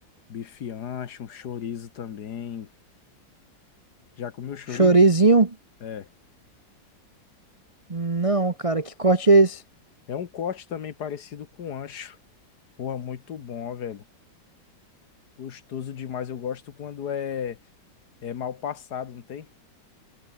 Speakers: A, on the left (about 60°); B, on the right (about 40°).
A: bife ancho, um chorizo também. Já comeu chorizo?
B: Chorizinho?
A: É.
B: Não, cara, que corte é esse?
A: É um corte também parecido com ancho. Porra, muito bom, velho. Gostoso demais. Eu gosto quando é, é mal passado, não tem?